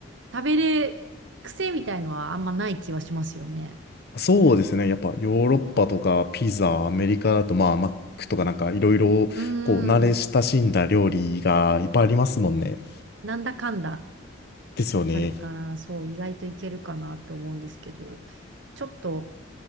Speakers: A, on the right; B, on the left.
A: 食べれ、癖みたいのはあんまない気はしますよね。
B: そうですね。やっぱヨーロッパとかピザ、アメリカだとまあマックとかなんかいろいろこう慣れ親しんだ料理がいっぱいありますもんね。
A: うーん、なんだかんだ
B: ですよね。
A: あるから、そう、意外といけるかなと思うんですけど、ちょっと、